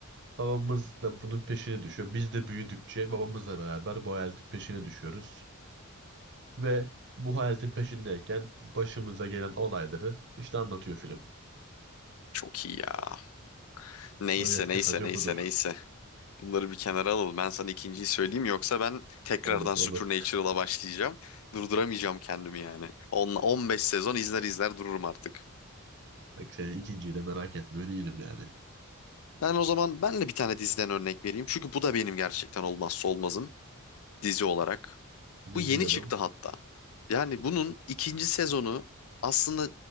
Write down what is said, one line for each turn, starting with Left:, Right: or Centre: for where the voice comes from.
Right: Babamız da bunun peşine düşüyor. Biz de büyüdükçe babamızla beraber bu hayaletin peşine düşüyoruz. Ve bu hayaletin peşindeyken başımıza gelen olayları işte anlatıyor film.
Left: Çok iyi ya. Neyse
Right: Özet
Left: neyse
Right: kısaca
Left: neyse
Right: budur.
Left: neyse. Bunları bir kenara alalım. Ben sana ikinciyi söyleyeyim yoksa ben tekrardan
Right: Olur
Left: Supernatural'a
Right: olur.
Left: başlayacağım. Durduramayacağım kendimi yani. On- 15 sezon izler izler dururum artık.
Right: Bak senin ikinciyi de merak etmiyor değilim yani.
Left: Ben o zaman ben de bir tane diziden örnek vereyim. Çünkü bu da benim gerçekten olmazsa olmazım dizi olarak.
Right: Dinliyorum.
Left: Bu yeni çıktı hatta. Yani bunun ikinci sezonu aslında